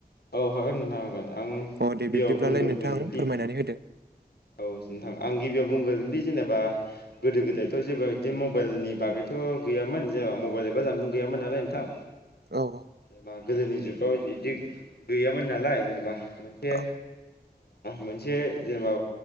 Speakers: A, on the left; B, on the right.
A: औ हागोन नोथां हागोन आं
B: औ
A: गिबियाव
B: दे बिब्दिब्लालाय
A: बुंग्रोगोनदि
B: नोंथां फोरमायनानै होदो
A: औ नोंथां आं गिबियाव बुंग्रोनलै जेनेबा गोदो गोदायथ' जेबो बिदि मबाइलनि बागै थ' गैयामोन जेनेबा मबाइल एबा जानबुं गैयामोन नालाय नोंथां
B: औ औ
A: जेनेबा गोदोनि जुगाव बिदि गैयामोन नालाय जेनेबा मोनसे
B: औ
A: मोनसे जेनेबा